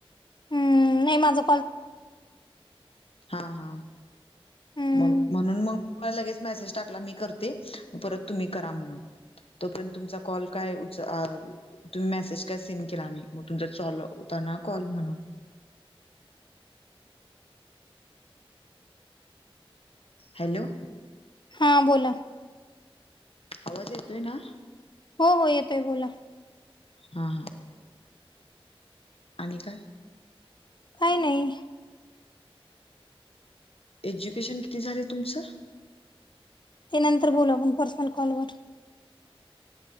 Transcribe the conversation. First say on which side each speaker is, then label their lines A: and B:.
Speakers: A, on the left; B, on the left.
A: हम्म नाही माझं
B: हा हा
A: हम्म
B: मग म्हणून मग लगेच मेसेज टाकला मी करते. परत तुम्ही करा म्हणून. तोपर्यंत तुमचा कॉल काय उच अ तुम्ही मेसेज काय सीन केला नाही. मग तुमचा चालू होता ना कॉल म्हणून. हॅलो.
A: हां बोला.
B: आवाज येतोय ना?
A: हो हो येतोय बोला.
B: हा हा. आणि काय?
A: काय नाही.
B: एज्युकेशन किती झालय तुमचं?
A: ते नंतर बोलू आपण पर्सनल कॉलवर.